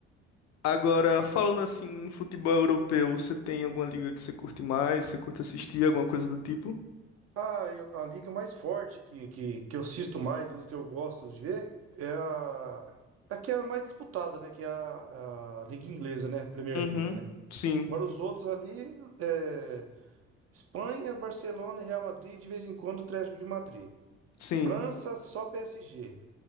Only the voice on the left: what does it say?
Agora, falando assim, em futebol europeu, você tem alguma liga que você curte mais? Você curte assistir, alguma coisa do tipo?
Uhum.
Sim,
sim.